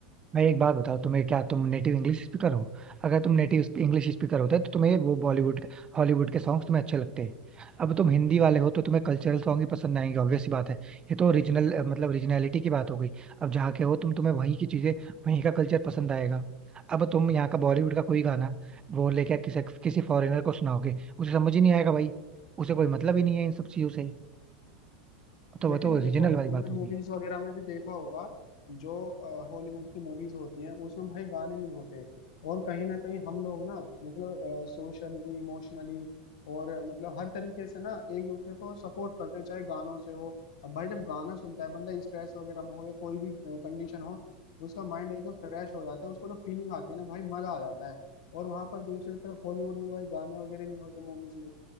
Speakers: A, on the right; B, on the left.
A: मैं एक बात बताओ तुम्हें क्या तुम नेटिव इंग्लिश स्पीकर हो अगर तुम नेटिव इंग्लिश स्पीकर होते तो तुम्हें वो बॉलीवुड हॉलीवुड के सॉन्ग्स तुम्हें अच्छे लगते अब तुम हिंदी वाले हो तो तुम्हें कल्चरल सॉन्ग ही पसंद आएंगे ऑब्वियस सी बात है ये तो ओरिजिनल मतलब ओरिजिनलिटी की बात हो गई अब जहाँ के हो तुम तुम्हें वहीं की चीजें वहीं का कल्चर पसंद आएगा अब तुम यहाँ का बॉलीवुड का कोई गाना वो लेके किसी किसी फॉरेनर को सुनाओगे उसे समझ ही नहीं आएगा भाई उसे कोई मतलब ही नहीं है इन सब चीजों से तो वो
B: लेकिन
A: तो ओरिजिनल
B: देखो
A: वाली
B: तुमने
A: बात हो
B: मूवीज
A: गई
B: वगैरह में भी देखा होगा जो हॉलीवुड की मूवीज होती हैं उसमें भाई गाने नहीं होते और कहीं ना कहीं हम लोग ना मतलब सोशली इमोशनली और अ, मतलब हर तरीके से ना एक दूसरे को सपोर्ट करते हैं, चाहे गानों से हो अब भाई जब गाना सुनता है बंदा स्ट्रेस वगैरह में हो या कोई भी कंडीशन हो उसका माइंड एकदम फ्रेश हो जाता है उसको जो फीलिंग आती है ना भाई मजा आ जाता है और वहां पर दूसरी तरफ हॉलीवुड में भाई गाने वगैरह नहीं होते मूवीज में